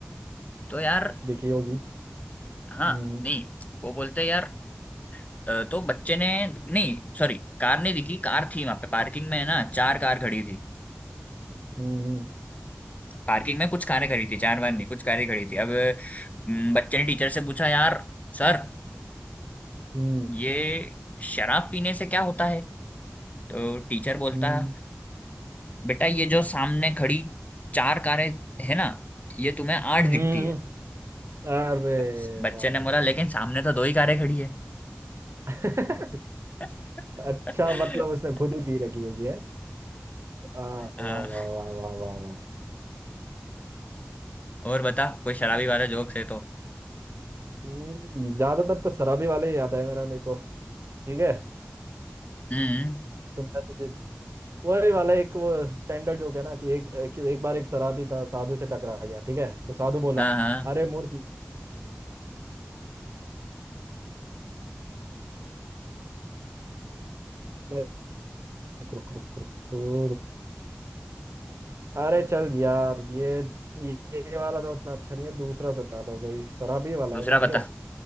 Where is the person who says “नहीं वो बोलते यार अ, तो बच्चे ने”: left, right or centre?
Left